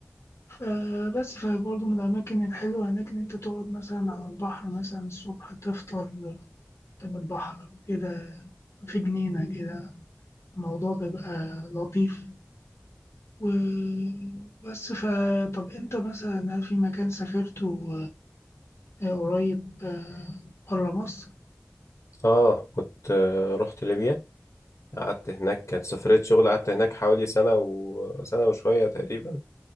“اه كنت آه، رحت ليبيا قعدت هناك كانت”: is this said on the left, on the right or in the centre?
Left